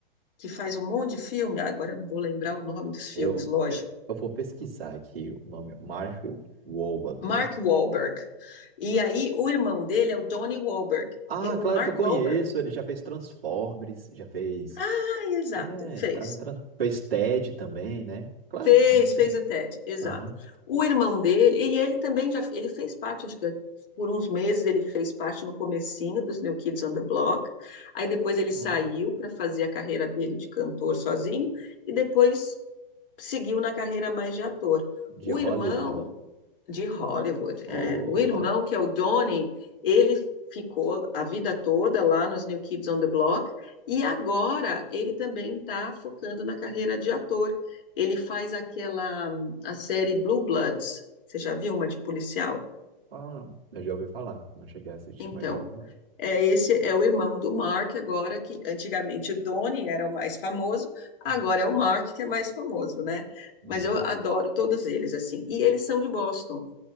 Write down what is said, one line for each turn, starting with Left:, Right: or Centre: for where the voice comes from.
Left: que faz um monte de filme? Ah, agora eu não vou lembrar o nome dos filmes,
Right: eu,
Left: lógico
Right: eu eu vou pesquisar aqui o nome, Mark Wahlberg,
Left: Mark
Right: né?
Left: Wahlberg. E aí o irmão dele é o Donnie Wahlberg.
Right: Ah,
Left: E o
Right: claro
Left: Mark
Right: que eu conheço,
Left: Wahlberg,
Right: ele já fez Transformers, já fez...
Left: ah, exato,
Right: É,
Left: fez.
Right: ele tá, em Trans- fez TED também, né? Claro
Left: Fez,
Right: que eu conheço
Left: fez
Right: ele.
Left: o Ted, exato.
Right: Aham.
Left: O irmão dele, e ele também já, ele fez parte, acho que por uns meses ele fez parte no comecinho dos New Kids on the Block. Aí depois ele
Right: Então,
Left: saiu para fazer a carreira dele de cantor sozinho e depois seguiu na carreira mais de ator.
Right: De
Left: O
Right: Hollywood.
Left: irmão de Hollywood.
Right: Oh,
Left: é. o irmão,
Right: Hollywood.
Left: que é o Donnie, ele ficou a vida toda lá nos New Kids on the Block e agora ele também está focando na carreira de ator. Ele faz aquela a série Blue Bloods. Você já viu uma de policial?
Right: Ah, eu já ouvi falar, não cheguei a assistir,
Left: Então,
Right: mas já ouvi falar.
Left: é esse é o irmão do Mark agora que antigamente o Donnie era o mais famoso, agora
Right: Hum,
Left: é o Mark que é mais famoso, né?
Right: Uhum.
Left: Mas eu adoro todos eles assim. E eles são de Boston.